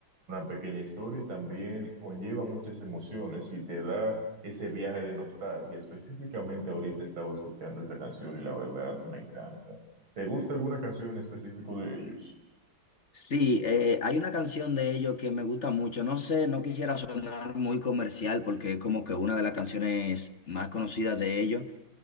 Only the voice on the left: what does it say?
Sí, eh, hay una canción de ellos que me gusta mucho. No sé, no quisiera sonar muy comercial porque es como que una de las canciones más conocidas de ellos,